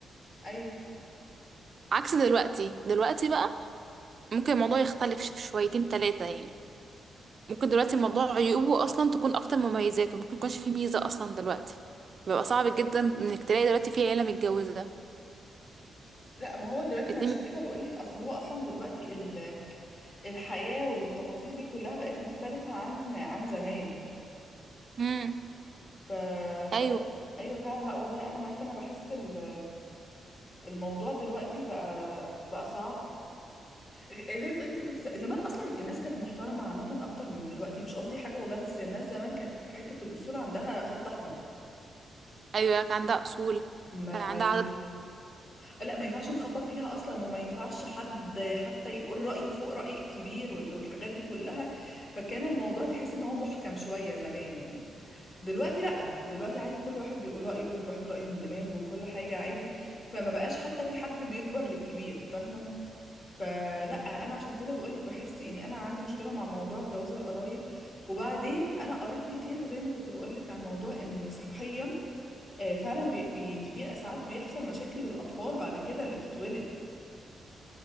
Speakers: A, on the left; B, on the right.
A: ايوه
B: فعكس دلوقتي دلوقتي بقى ممكن الموضوع يختلف ش- شويتين تلاتة يعني ممكن دلوقتي الموضوع عيوبه اصلا تكون اكتر من مميزاته ممكن يكونش فيه ميزه اصلا دلوقتي بيبقى صعب جدا انك تلاقي دلوقتي في عيله متجوزه
A: لا ما هو دلوقتي
B: اتنين
A: ما عشان
B: متجوزين.
A: كده بقولك اصل هو اصلا دلوقتي ال- الحياة والتفاصيل دي كلها بقت مختلفة عن عن زمان
B: امم
A: ف... فايوه
B: ايوه
A: ايوه أيوه فعلا لا والله انا معاكي انا بحس ال- الموضوع دلوقتي بقى بقى صعب غ- زي ما بتقولي انت كنت ز- زمان اصلا الناس كانت محترمه عامه اكتر من دلوقتي مش قصدي حاجه والله بس الناس زمان كانت حته الاصول عندها خط احمر
B: ايوه كان عندها اصول
A: ما
B: كان
A: ما
B: عندها
A: اه
B: عدد
A: لا ما ينفعش نخبط فيها اصلا وما ينفعش حد حتى يقول رايه فوق راي الكبير وال- والحاجات دي كلها فكان الموضوع تحس ان هو محكم شويه زمان يعني دلوقتي لا دلوقتي عادي كل واحد بيقول رايه وكل واحد رايه من دماغه وكل حاجه عادي فما بقاش حتى في حد بيكبر للكبير فاهمه فلا انا عشان كده بقولك بحس يعني انا عندي مشكله مع موضوع جواز القرايب وبعدين انا قريت كتير زي ما كنت بقولك عن موضوع ان صحيا آه، فعلا بي بي في ساعات بيحصل مشاكل للأطفال بعد كده اللي بتتولد